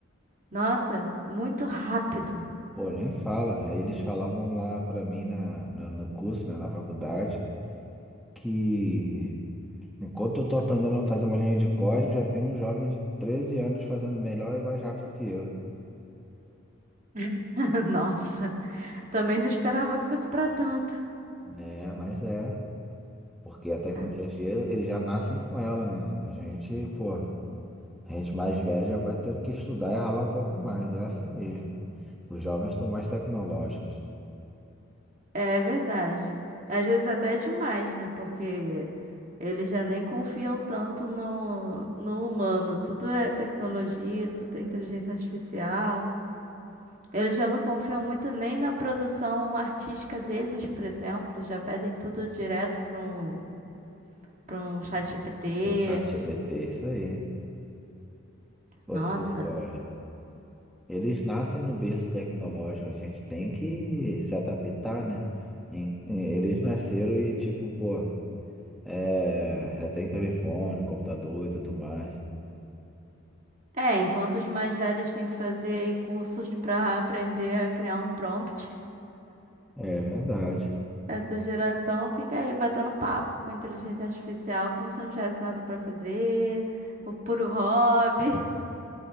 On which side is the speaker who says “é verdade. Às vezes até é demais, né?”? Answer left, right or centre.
Right